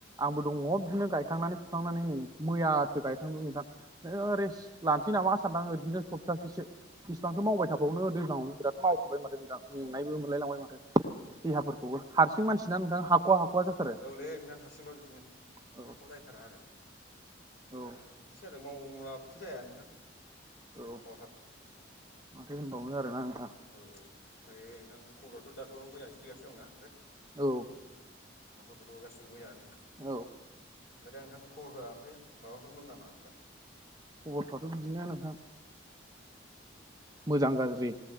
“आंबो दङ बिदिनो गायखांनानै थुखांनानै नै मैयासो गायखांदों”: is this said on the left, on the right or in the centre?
Right